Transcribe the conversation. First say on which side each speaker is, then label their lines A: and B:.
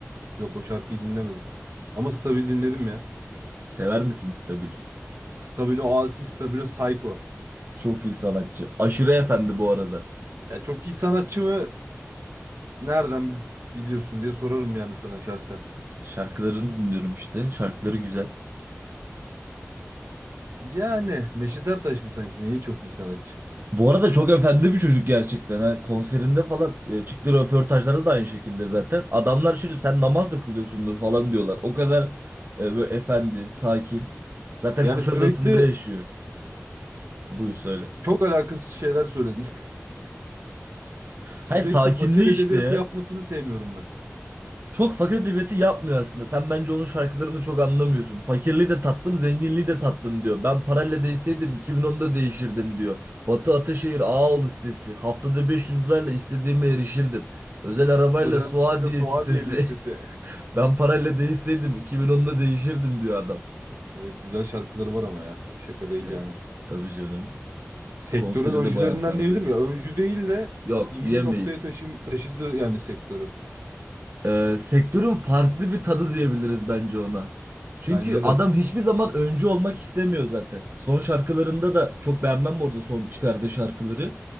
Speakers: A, on the right (about 65°); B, on the right (about 45°).
A: Yok o şarkıyı dinlemedim. Ama Stabil dinledim ya.
B: Sever misin Stabil?
A: Stabilo Asi, Stabilo Psycho.
B: Çok iyi sanatçı. Aşırı efendi bu arada.
A: Ya çok iyi sanatçı mı? Nereden biliyorsun diye sorarım yani sana şahsen.
B: Şarkılarını dinliyorum işte. Şarkıları güzel.
A: Yani Neşet Ertaş mı sanki? Neyi çok iyi sanatçı?
B: Bu arada çok efendi bir çocuk gerçekten. Ha. Konserinde falan e, çıktığı röportajlarda da aynı şekilde zaten. Adamlar şimdi sen namaz da kılıyorsundur falan diyorlar. O kadar e, böyle efendi, sakin. Zaten
A: Yani
B: Kuşadası'nda
A: sürekli
B: yaşıyor. Buyur söyle.
A: çok alakasız şeyler söyledin. <laughs> Sürekli
B: Hayır sakinliği
A: fakir edebiyatı
B: işte ya.
A: yapmasını sevmiyorum ben.
B: Çok fakir edebiyatı yapmıyor aslında. Sen bence onun şarkılarını çok anlamıyorsun. Fakirliği de tattım, zenginliği de tattım diyor. Ben parayla değseydim 2010'da değişirdim diyor. Batı Ataşehir Ağaoğlu sitesi. Haftada 500 lirayla istediğime erişirdim. Özel arabayla
A: Özel
B: Suadiye
A: Araba'yla Suadiye
B: sitesi.
A: Lisesi.
B: <laughs>
A: <laughs>
B: Ben parayla değseydim 2010'da değişirdim diyor adam.
A: Evet güzel şarkıları var ama ya. Şaka değil
B: Evet,
A: yani.
B: tabii canım.
A: Sektörün
B: Konseri
A: öncülerinden
B: de bayağı sardı.
A: diyebilir miyim? Ya öncü değil de
B: Yok
A: iyi
B: diyemeyiz.
A: bir noktaya taşı taşıdı yani sektörü.
B: e, sektörün farklı bir tadı diyebiliriz bence ona. Çünkü
A: Bence
B: adam
A: de.
B: hiçbir zaman öncü olmak istemiyor zaten. Son şarkılarında da çok beğenmem bu arada son çıkardığı şarkıları.